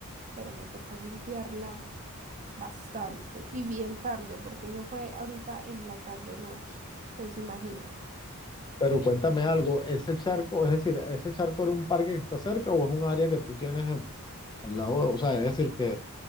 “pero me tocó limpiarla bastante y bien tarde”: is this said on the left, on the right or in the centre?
Right